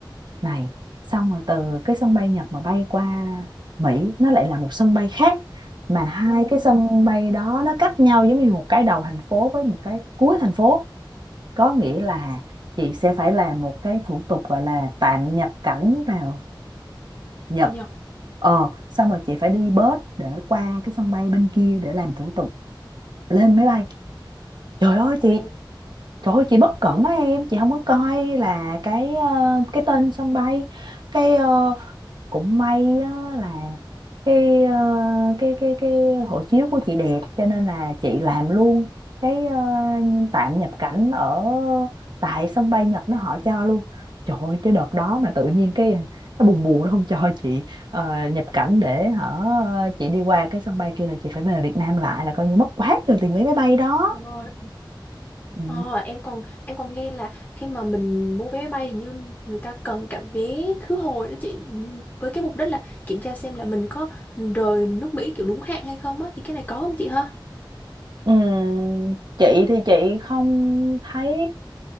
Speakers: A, on the right; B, on the left.
A: này xong rồi từ cái sân bay Nhật mà bay qua Mỹ nó lại là một sân bay khác mà hai
B: Ừ.
A: cái sân bay đó nó cách nhau giống như một cái đầu thành phố với một cái cuối thành phố có nghĩa là chị sẽ phải làm một cái thủ tục gọi là tạm nhập cảnh vào Nhật
B: vào Nhật.
A: ờ xong rồi chị phải đi bus để qua cái sân bay bên kia để làm thủ tục lên máy bay trời ơi
B: Ồ,
A: chị trời ơi chị bất cẩn đó em chị không có coi là cái ờ, cái tên sân bay cái ờ, cũng may á là cái ờ, cái cái cái hộ chiếu của chị đẹp cho nên là chị làm luôn cái ờ, tạm nhập cảnh ở tại sân bay Nhật nó họ cho luôn trời ơi chứ đợt đó mà tự nhiên cái nó buồn buồn nó không cho chị ờ, nhập cảnh để hả ờ, chị đi qua cái sân bay kia là chị phải về Việt Nam lại là coi như mất quá trời tiền vé máy bay đó
B: Rồi.
A: ừ.
B: Ờ, em còn em còn nghe là khi mà mình mua vé máy bay hình như người ta cần cả vé khứ hồi đó chị với cái mục đích là kiểm tra xem là mình có rời nước Mỹ kiểu đúng hạn hay không á thì cái này có không chị ha?
A: Ừm, chị thì chị không thấy